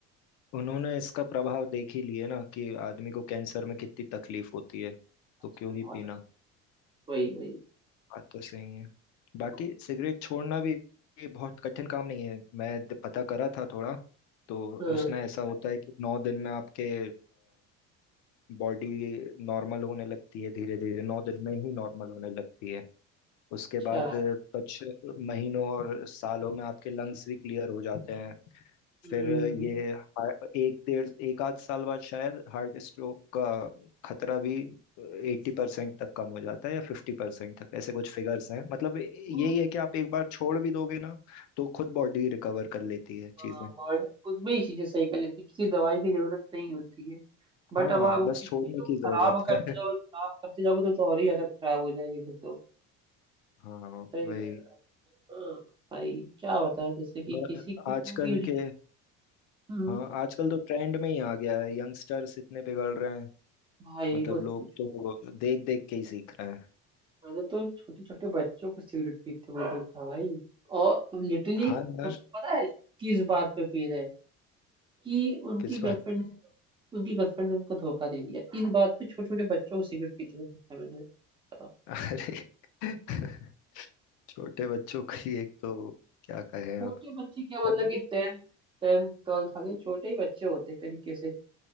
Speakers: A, on the left; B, on the right.
A: उन्होंने इसका प्रभाव देख ही लिए ना कि आदमी को कैंसर में कितनी तकलीफ होती है
B: सच
A: तो क्यों
B: में बहुत
A: ही पीना
B: ज्यादा वही वही
A: बात तो सही है बाकी
B: तो,
A: सिगरेट छोड़ना भी ये बहुत कठिन काम नहीं है मैं द- पता करा था थोड़ा तो
B: हाँ,
A: उसमें ऐसा होता है कि नौ दिन में आपके बॉडी नॉर्मल होने लगती है धीरे धीरे नौ दिन में ही नॉर्मल होने लगती है उसके
B: अच्छा
A: बाद कुछ महीनों और सालों में आपके लंग्स भी क्लियर हो जाते हैं
B: हम्म,
A: फिर ये हा- एक डेढ़ एक आध साल बाद शायद हार्ट स्ट्रोक का खतरा भी एट्टी परसेंट तक कम हो जाता है या फिफ्टी परसेंट तक ऐसे कुछ फिगर्स हैं मतलब यही
B: तो
A: है कि आप एक बार छोड़ भी दोगे ना तो खुद बॉडी रिकवर कर लेती है
B: हाँ,
A: चीजें
B: बॉडी खुद में ही चीजें सही कर लेती है किसी दवाई की जरूरत नहीं होती है बट
A: हाँ
B: अब आप
A: बस
B: किसी
A: छोड़ने
B: चीज को खराब
A: की जरूरत
B: करते
A: है <laughs>
B: जाओगे खराब करते जाओगे तो, तो और ही आदत खराब हो जाएगी फिर तो
A: हाँ
B: सही
A: वही
B: है हाँ, भाई क्या बताएं जैसे कि
A: और
B: किसी कुछ
A: आजकल
B: लोग की
A: के
B: एडिक्शन
A: हाँ आजकल तो ट्रेंड में ही आ गया है यंगस्टर्स इतने पिघल रहे हैं
B: भाई
A: मतलब
B: बस
A: लोग
B: कुछ
A: तो देख देख के ही सीख रहे हैं
B: मैंने तो छोटे छोटे बच्चों को सिगरेट पीते हुए देखा भाई और लिटरली
A: हाँ यार
B: पता है किस बात पे पी रहे हैं कि उनकी
A: किस
B: गर्लफ्रेंड
A: बात
B: ने उनकी गर्लफ्रेंड ने उनको धोखा दे दिया इस बात पे छोटे छोटे बच्चों को सिगरेट पीते हुए देखा है मैंने बताओ
A: <laughs> अरे <laughs> छोटे बच्चों की एक तो क्या कहे
B: छोटे
A: अब
B: बच्चे क्या मतलब
A: अब
B: कि टेंथ टेंथ ट्वेल्थ वाले छोटे ही बच्चे होते एक तरीके से